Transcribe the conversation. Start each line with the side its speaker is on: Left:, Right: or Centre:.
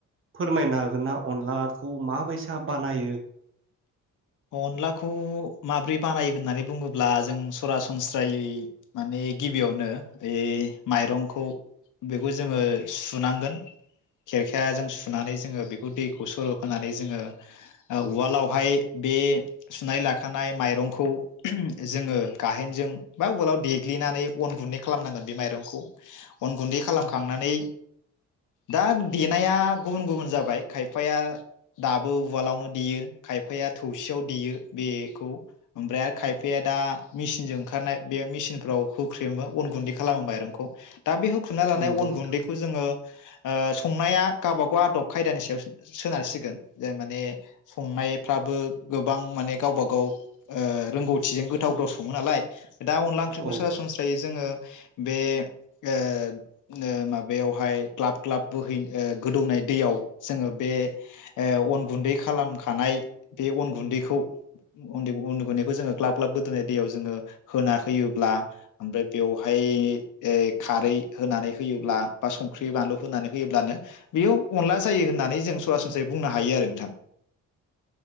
Right: फोरमायनो हागोन ना अनलाखौ माबैसा बानायो?
Left: अनलाखौ माब्रै बानायो होननानै बुङोब्ला जों सरासनस्रायै माने गिबियावनो ओइ माइरंखौ बेखौ जोङो सुनांगोन खेरखाजों सुनानै जोङो बेखौ दैखौ सर' होनोनानै जोङो ओ उवालावहाय बे सुनाय लाखानाय माइरंखौ जोङो गाहेनजों बा उवालाव देग्लिनानै अन गुन्दै खालामनांगोन बे माइरंखौ अन गुन्दै खालामखांनानै दा देनाया गुबुन गुबुन जाबाय खायफाया दाबो उवालावनो देयो खायफाया थौसियाव देयो बेखौ ओमफ्राय आरो खायफाया दा मिसिनजों ओंखारनाय बे मिसिनफ्राव होख्रेमो अन गुन्दै खालामो माइरंखौ। दा बे होख्रुमना लानाय
Right: नंगौ
Left: अन
Right: नोंथां
Left: गुन्दैखौ जोङो ओ संनाया गाबा गाव आदब खायदानि सायाव सो सोनारसिगोन जे माने संनायफ्राबो गोबां माने गावबा गाव ओ रोंगौथिजों गोथाव गोथाव सङो नालाय। दा अनला ओंख्रिखौ
Right: औ
Left: सरासनस्रायै जोङो बे ओ नो माबायावहाय ग्लाब ग्लाब बोहै ओ गोदौनाय दैयाव जोङो बे ओ अन गुन्दै खालामखानाय बे अन गुन्दैखौ उन्दै अन गुन्दैखौ जोङो ग्लाब ग्लाब गोदोनाय दैयाव जोङो होना होयोब्ला ओमफाय बेवहाय खारै होनानै होयोब्ला बा संख्रि बानलु होनानै होयोब्लानो बेयो अनला जायो होननानै जों सरासनस्रायै बुंनो हायो आरो नोंथां।